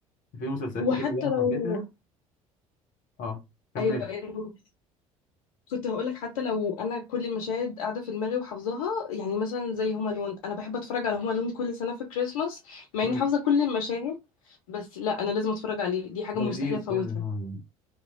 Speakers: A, on the left; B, on the left.
A: في مسلسلات
B: وحتى
A: كتير من اللي انا
B: لو
A: حبيتها اه كملت
B: ايوه أيوة. كنت هقولك حتى لو انا كل المشاهد قاعده في دماغي وحافظاها يعني مثلا زي هوم الون انا بحب اتفرج على هوم الون كل سنه في كريسماس مع
A: مم.
B: اني حافظه كل المشاهد بس لا انا لازم اتفرج عليه دي حاجه
A: لذيذ
B: مستحيل افوتها
A: فيلم هو ده.